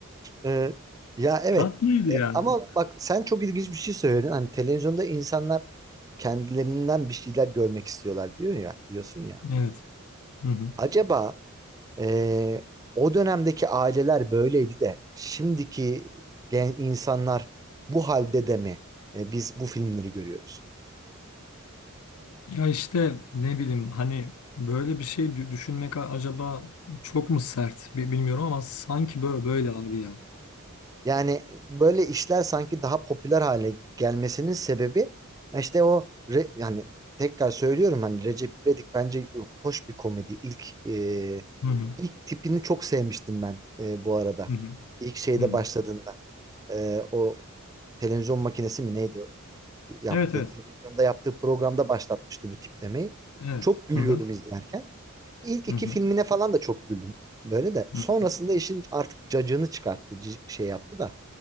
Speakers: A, on the right; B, on the left.
A: Ee, ya evet.
B: Tatlıydı ya.
A: E, ama bak sen çok ilginç bir şey söyledin. Hani televizyonda insanlar kendilerinden bir şeyler görmek istiyorlar diyor ya, diyorsun ya.
B: Evet. Hı hı.
A: Acaba e, o dönemdeki aileler böyleydi de şimdiki gen insanlar bu halde de mi e, biz bu filmleri görüyoruz?
B: Ya işte ne bileyim hani böyle bir şey dü- düşünmek a- acaba çok mu sert bi- bilmiyorum ama sanki böyle böyle abi ya.
A: Yani böyle işler sanki daha popüler hale gelmesinin sebebi işte o re- yani tekrar söylüyorum hani Recep İvedik bence hoş bir komedi. İlk e,
B: Hı hı.
A: ilk tipini çok sevmiştim ben e, bu arada.
B: Hı hı.
A: İlk şeyde
B: Hı hı.
A: başladığında E, o televizyon makinesi mi neydi yaptığı
B: Evet evet.
A: televizyonda yaptığı programda başlatmıştı bu tiplemeyi.
B: Evet.
A: Çok gülüyordum
B: Hı hı.
A: izlerken. İlk iki
B: Hı hı.
A: filmine falan da çok güldüm. Böyle de. Sonrasında
B: Hı hı.
A: işin artık cacığını çıkarttı. c- Şey yaptı da.